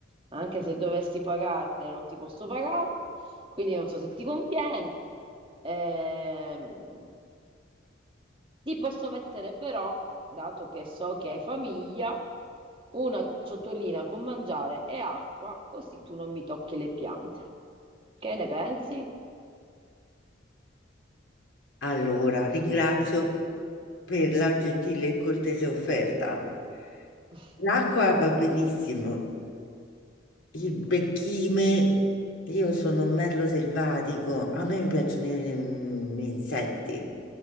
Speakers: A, on the right; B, on the left.
A: anche se dovessi pagare non ti posso pagare, quindi non so se ti conviene. Ehm, ti posso mettere però, dato che so che hai famiglia, una ciotolina con mangiare e acqua, così tu non mi tocchi le piante. Che ne pensi?
B: Allora, ringrazio per la gentile e cortese offerta.
A: <laughs>
B: L'acqua va benissimo, il becchime, io sono un merlo selvatico, a me mi piacciono i- gli insetti,